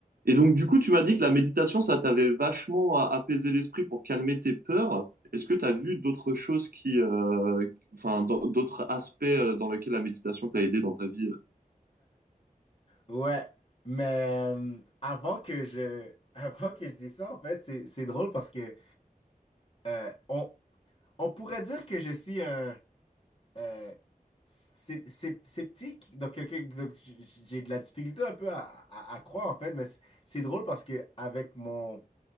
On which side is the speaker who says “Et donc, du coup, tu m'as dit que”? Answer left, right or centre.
Right